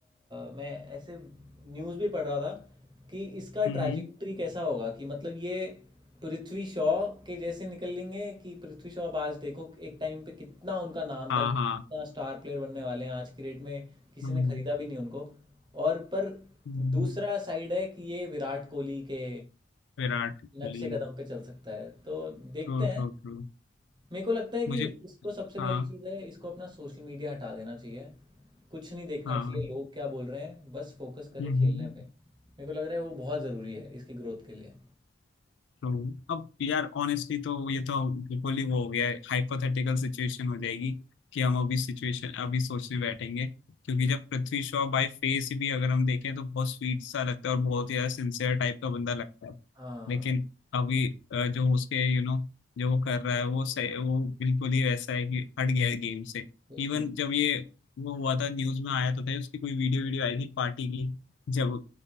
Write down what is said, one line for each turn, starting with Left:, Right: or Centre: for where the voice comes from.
Right: मैं ऐसे न्यूज़ भी पढ़ रहा था कि इसका
Left: हम्म
Right: ट्रैजेक्टरी कैसा होगा कि मतलब ये पृथ्वी शॉ के जैसे निकलेंगे कि पृथ्वी शॉ अब आज देखो एक टाइम पे कितना उनका नाम
Left: हाँ
Right: था कि कितना
Left: हाँ
Right: स्टार प्लेयर बनने वाले हैं आज की डेट में किसी
Left: हम्म,
Right: ने खरीदा भी नहीं उनको और पर
Left: हम्म,
Right: दूसरा साइड है कि ये विराट कोहली के
Left: Virat Kohli
Right: नक्शे कदम पे चल सकता है तो देखते
Left: True
Right: हैं
Left: true true
Right: मेरे को लगता है कि
Left: मुझे
Right: इसको सबसे
Left: हाँ
Right: पहली चीज़ है इसको अपना सोशल मीडिया हटा देना चाहिए कुछ नहीं देखना
Left: हाँ
Right: चाहिए लोग क्या बोल रहे हैं बस फोकस करें
Left: हम्म
Right: खेलने पे मेरे को लग रहा है वो बहुत ज़रूरी है इसकी ग्रोथ के लिए
Left: तो अब यार ऑनेस्टली तो ये तो बिल्कुल ही वो हो गया है हाइपोथेटिकल सिचुएशन हो जाएगी कि हम अभी सिचुएशन अभी सोचने बैठेंगे क्योंकि जब पृथ्वी शॉ बाय फेस भी अगर हम देखें तो बहुत स्वीट सा लगता है और बहुत ही ज्यादा सिंसियर टाइप का बंदा लगता है
Right: हाँ
Left: लेकिन अभी अ, जो उसके यू नो जो वो कर रहा है वो सही वो बिल्कुल ही वैसा है कि हट गया है गेम से
Right: बिल्कुल
Left: इवन जब ये वो हुआ था न्यूज में आया तो था उसकी कोई वीडियो वीडियो आई थी पार्टी की जब